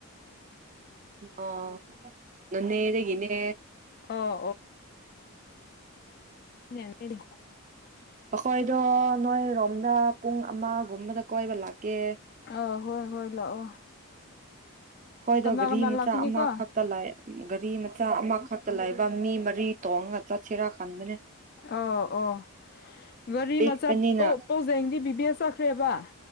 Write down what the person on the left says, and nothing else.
ꯑꯣ ꯗꯤ
ꯑ ꯍꯣꯏ ꯍꯣꯏ ꯂꯥꯛꯑꯣ
ꯀꯅꯥ
ꯀꯅꯥ
ꯂꯥꯛꯀꯅꯤꯀꯣ
ꯑꯣ ꯑꯣ ꯒꯥꯔꯤ
ꯃꯆꯥ ꯄꯥꯎꯖꯦꯡꯗꯤ ꯕꯤꯕꯤꯑꯦ ꯆꯠꯈ꯭ꯔꯦꯕ